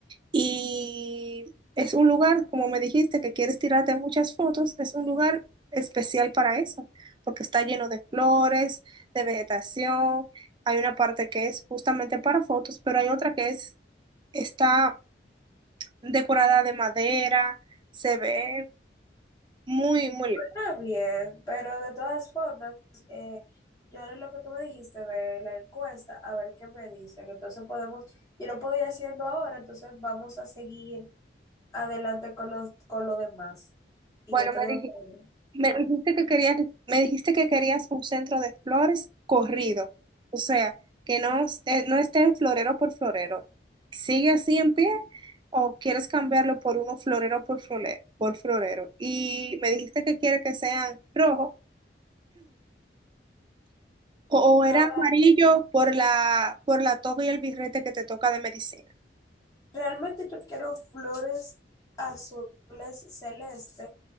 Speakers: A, on the right (about 25°); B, on the left (about 20°).
A: y es un lugar, como me dijiste, que quieres tirarte muchas fotos, es un lugar especial para eso, porque está lleno de flores, de vegetación. Hay una parte que es justamente para fotos, pero hay otra que es, está decorada de madera, se ve muy, muy lindo.
B: también, pero de todas formas, eh, yo haré lo que tú me dijiste de la encuesta, a ver qué me dicen. Entonces podemos, yo lo puedo ir haciendo ahora, entonces vamos a seguir adelante con los, con lo demás. Y
A: Bueno,
B: yo te
A: me
B: dejo.
A: dijiste
B: saber.
A: Me dijiste que querías, me dijiste que querías un centro de flores corrido, o sea, que no, es- eh, no esté en florero por florero. ¿Sigue así en pie o quieres cambiarlo por uno florero por florero, por florero? Y me dijiste que quiere que sean rojo o, o era
B: No,
A: amarillo por la, por la toga y el birrete que te toca de medicina.
B: Realmente yo quiero flores azules celeste